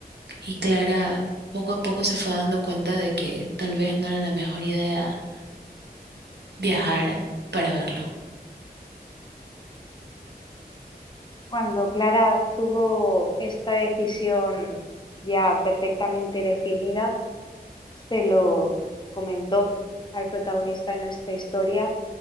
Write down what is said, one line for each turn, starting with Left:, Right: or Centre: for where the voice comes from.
Right: Y Clara poco a poco se fue dando cuenta de que tal vez no era la mejor idea viajar para verlo.
Left: Cuando Clara tuvo esta decisión ya perfectamente definida, se lo comentó al protagonista de nuestra historia